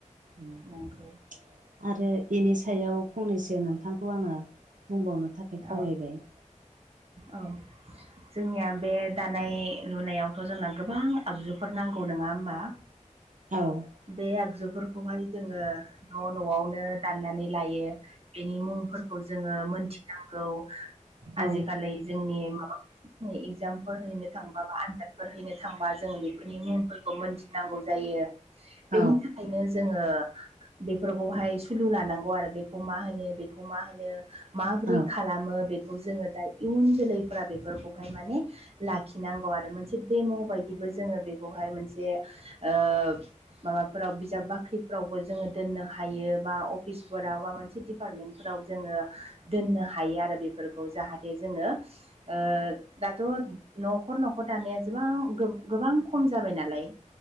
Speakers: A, on the right; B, on the right.
A: उम
B: नंगौ
A: आरो इनि सायाव फंनैसो नोंथांखौ आङो बुंबावनो थाखाय
B: औ
A: खावलायबाय
B: औ जोंनिया बे दानाय लुनायावथ' जोंना गोबां आगजुफोर नांगौ नङा होमबा
A: औ
B: बे आगजुफोरखौहाय जोङो न' न'आवनो दाननानै लायो बेनि मुंफोरखौ जोङो मोनथिनांगौ आजिखालि
A: औ
B: जोंनि माबा इगजामफोर हैनो थांबा बा आनजादफोर हैनो थांबा जोङो बेफोरनि मुंफोरखौ मोनथि नांगौ जायो
A: औ
B: बेनि थाखायनो जोंङो बेफोरखौहाय सुलु लानांगौ आरो बेखौ मा होनो बेखौ मा होनो। माबोरै
A: औ
B: खालामो बेखौ जोङो दा इयुन जोलैफोरा बेफोरखौहाय माने लाखिनांगौ आरो मोनसे दडेम' बायदिबो जोङो बेखौहाय मोनसे ओ माबाफोराव बिजाब बाख्रिफोरावबो जोङो दोननो हायो बा अफिसफोराव बा मोनसे डिपार्टमेन्ट फोराव जोङो दोननो हायो आरो बेफोरखौ जाहाथे जोंङो ओ दाथ' न'खर न'खर दानायाबां गोबां खम जाबाय नालाय